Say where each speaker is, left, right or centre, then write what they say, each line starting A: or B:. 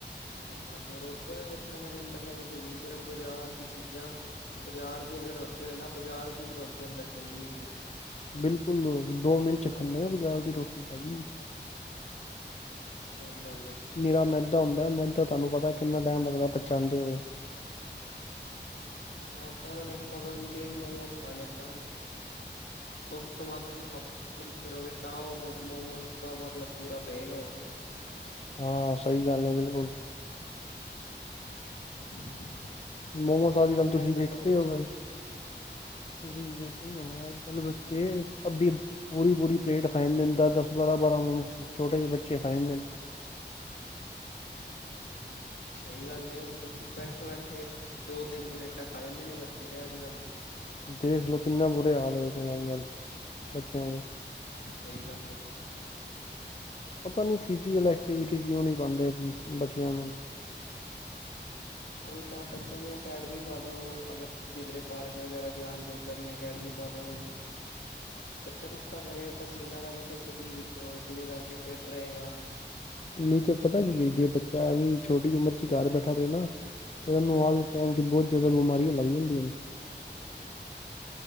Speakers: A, on the left; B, on the left.
A: ਸਹੀ ਗੱਲ ਰੋਟੀ ਤਾਂ ਦੇਖੋ ਇਹਨਾਂ ਦੇ ਅੰਦਰ ਲੰਘਦੀ ਨੀ ਸਿਰਫ ਬਾਜ਼ਾਰ ਦੀ ਚੀਜ਼ਾਂ ਬਾਜ਼ਾਰ ਦੀ ਅਗਰ ਰੋਟੀ ਹੋਏ ਨਾ ਬਾਜ਼ਾਰ ਦੀ ਰੋਟੀ ਕੇ ਅੰਦਰ ਚਲੀ ਜਾਏਗੀ
B: ਬਿਲਕੁਲ ਦੋ ਮਿੰਟ ਚ ਖਾਂਦੇ ਨੇ ਬਾਜਾਰ ਦੀ ਰੋਟੀ ਭਾਜੀ
A: ਸਹੀ ਗੱਲ ਏ
B: ਨੇਰਾ ਮਹਿੰਦਾ ਹੁੰਦਾ ਮਹਿੰਦਾ ਤੁਹਾਨੂੰ ਪਤਾ ਕਿੰਨਾ ਟਾਈਮ ਲੱਗਦਾ ਪ ਬਚਾਉਂਦੇ ਹੋਏ
A: ਮੈਂਦ ਤਾਂ ਦੇਖੋ ਅਗਰ ਤੁਸੀਂ ਇੱਕ ਮੋਮੋਸ ਪਾ ਲਿਆਣਾ ਉਸ ਤੋਂ ਬਾਅਦ ਤੁਸੀਂ ਮ ਕਰੋਗੇ ਤਾਂ ਉਹ ਮੋਮੋਸ ਤਾਂ ਮਤਲਬ ਪੂਰਾ ਪਏਗਾ ਉਹ
B: ਹਾਂ ਸਹੀ ਗੱਲ ਹੈ ਬਿਲਕੁਲ
A: <inaudible>
B: ਮੋਮੋਸ
A: ਇਹ ਤਾਂ
B: ਅਜ
A: ਗੱਲ
B: ਕੱਲ ਤੁਸੀਂ
A: ਏ ਅੱਜ-ਕੱਲ੍ਹ
B: ਵੇਖਦੇ
A: ਦੇ ਬੱਚੇ
B: ਹੋ ਤੁਸੀਂ ਵੇਖ ਹੋ ਅੱਜ ਕੱਲ
A: ਹਾਂਜੀ
B: ਬੱਚੇ ਆਪਦੀ ਪੂਰੀ ਪੂਰੀ ਪਲੇਟ ਖਾ ਜਾਂਦੇ ਨੇ ਦਸ ਦਸ ਬਾਰਾਂ ਬਾਰਾਂ ਮੋਮੋਸ ਛੋਟੇ ਜਿਹੇ ਬੱਚੇ ਖਾ ਜਾਂਦੇ ਨੇ
A: ਸਹੀ ਗੱਲ ਬੈਠੇ ਬੈਠੇ ਦੋ ਤਿੰਨ ਪਲੇਟਾਂ ਖਾ ਜਾਂਦੇ ਨੇ ਬੱਚੇ ਤੇ ਅੱਜ ਕੱਲ੍ਹ
B: ਦੇਖਲਓ ਕਿੰਨਾ ਬੁਰੇ ਹਾਲ ਹੋਵੇ ਤੂੰ ਅੱਜ ਕੱਲ ਬੱਚਿਆਂ ਦੇ
A: ਸਹੀ ਗੱਲ
B: ਪਤਾ ਨੀ ਫਿਜ਼ਕਲ ਐਕਟੀਵਿਟੀ ਕਿਉਂ ਨਹੀਂ ਪਾਉਂਦੇ ਬੱਚਿਆਂ ਨੂੰ
A: ਉਹੀ ਤਾਂ ਬੱਚਿਆਂ ਨੂੰ ਅਕੈਡਮੀ ਪਾ ਦੋ ਅਗਰ ਕਿਧਰੇ ਪਾਰਕ ਵਗੈਰਾ ਜਾਣ ਜੋੀ ਅਕੈਡਮੀ ਪਾ ਦੋ ਬੱਚਾ ਕੁਛ ਤਾਂ ਕਰੇ ਪਸੀਨਾ ਤਾਂ ਕੱਢੇ ਸਰੀਰ ਵਿੱਚੋਂ ਜਿਹਦੇ ਕਰਕੇ ਫਿਟ ਰਹੇਗਾ
B: ਨਹੀਂ ਤੇ ਪਤਾ ਕੀ ਜੇ ਬੱਚਾ ਐਵੇਂ ਛੋਟੀ ਉਮਰ ਚ ਹੀ ਘਰ ਬੈਠਾ ਰਹੇ ਨਾ ਇਹਨੂੰ ਆ ਟਾਈਮ 'ਚ ਬਹੁਤ ਜ਼ਿਆਦਾ ਬਿਮਾਰੀਆਂ ਲੱਗ ਜਾਂਦੀਆਂ ਨੇ